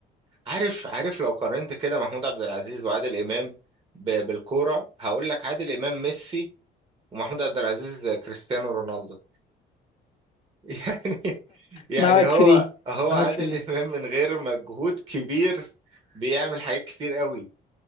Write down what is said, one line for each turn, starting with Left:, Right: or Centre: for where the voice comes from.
Right: عارف عارف لو قارنت كده محمود عبد العزيز وعادل امام ب- بالكوره هقول لك عادل امام ميسي ومحمود عبد العزيز كريستيانو رونالدو <laughs> يعني يعني
Left: معاك
Right: هو
Left: في دي
Right: هو
Left: معاك
Right: عادل
Left: في دي
Right: امام من غير مجهود كبير بيعمل حاجات كتير قوي